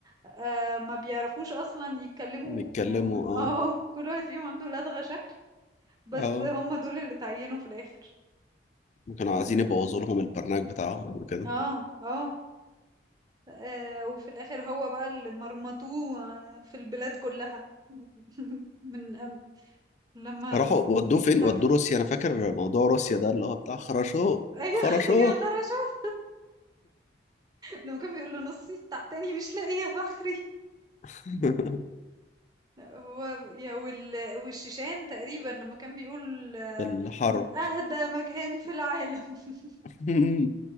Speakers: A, on the right; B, on the left.
A: آه ما بيعرفوش اصلا يتكلموا
B: يتكلموا
A: م-
B: اه
A: <laughs> اه كل واحد فيهم عنده لدغة شكل بس
B: اه
A: هم دول اللي اتعينوا في الاخر
B: كانوا عايزين
A: اه
B: يبوظوا لهم البرنامج بتاعهم وكده
A: اه آه، وفي الاخر هو بقى اللي مرمطوه في البلاد كلها <laughs> من أم- لما ال-
B: راحوا ودوه فين
A: لفوه
B: ودوه روسيا انا فاكر موضوع روسيا ده اللي هو بتاع خرشوه
A: ايوه
B: خرشوه
A: <laughs> يا خرشو لما كان بيقول له نصي تحتاني مش لاقيه فخري
B: <laughs>
A: هو يا وال... والشيشان تقريبا لما كان بيقول آه،
B: في الحرب
A: من اهدى مكان في العالم <laughs>
B: <laughs>